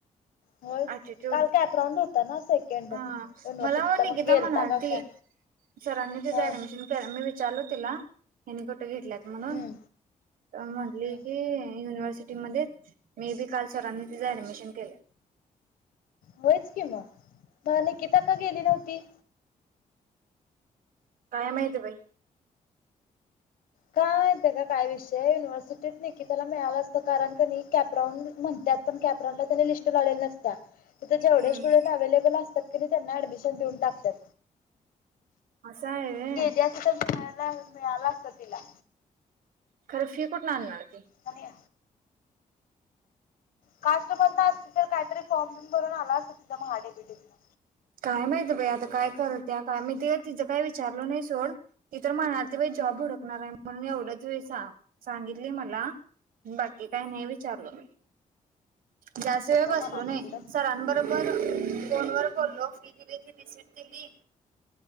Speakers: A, on the left (about 85°); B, on the right (about 80°).
A: होय
B: अटिट्यूड
A: काल कॅपराऊंड होता ना सेकंड युनिव्हर्सिटीचा
B: हा मला हो निकिता
A: मग गेलता
B: म्हणालती.
A: का काय
B: सरांनी तिचं
A: हा
B: ऍडमिशन करा मी विचारल तीला. फक्त घेतल्यात
A: हम्म
B: म्हणून तर म्हटली
A: हम्म
B: की युनिव्हर्सिटीमध्ये मे बी काल सरांनी तिचं ऍडमिशन केलं.
A: होयच की मग मा निकीता का गेली नव्हती.
B: काय माहित बाई.
A: काय माहितय काय विषय. युनिव्हर्सिटीत निकीता ताला मिळालं असतं. कारण कनी कॅप राउंड म्हणतात पण कॅप राउंडला त्याने लिस्ट लावलेली नसत्या. तिथ जेवढे
B: हम्म
A: स्टुडंट अवेलेबल असतात कधी त्यांना ऍडमिशन देऊन टाकतात.
B: असं आहे व्हय
A: गेली असती तर <inaudible> मिळाला असत तिला.
B: खरं फी कुठून आणणार ती.
A: आणि काष्ट मधन असती तर काहीतरी फॉर्म बीम भरून आला अस तिथ महा डी बि टी तण.
B: काय माहित बाई आता काय करत्या काय, मी ते तिचं काय विचारलो नाही, सोड ती तर म्हणालती बाई जॉब हुडकणार आहे. म्हणून एवढच वेळ सांगितली मला बाकी काय नाही विचारलो मी. जास्त
A: हुडक
B: वेळ बसलो
A: म्हणालोय
B: नाही.
A: हुडक
B: सरांबरोबर फोन वर बोलो फी दिली रिसिट दिली